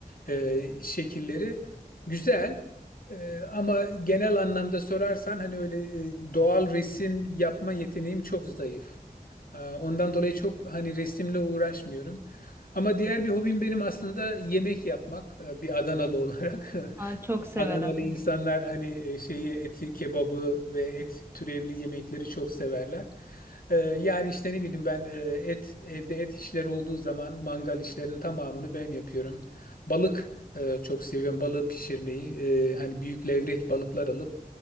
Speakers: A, on the left; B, on the right.
A: e, şekilleri güzel. E, ama genel anlamda sorarsan hani öyle e, doğal resim yapma yeteneğim çok zayıf. Ee, Ondan dolayı çok hani resimle uğraşmıyorum. Ama diğer bir hobim benim aslında yemek yapmak e, bir Adanalı olarak.
B: Ay, çok
A: <laughs>
B: severim.
A: Adanalı insanlar
B: Benim.
A: hani e, şeyi eti, kebabı ve et türevli yemekleri çok severler. Ee, Yani işte ne bileyim ben e, et evde et işleri olduğu zaman mangal işlerinin tamamını ben yapıyorum. Balık e, çok seviyorum balığı pişirmeyi. E, Hani büyük levrek balıklar alıp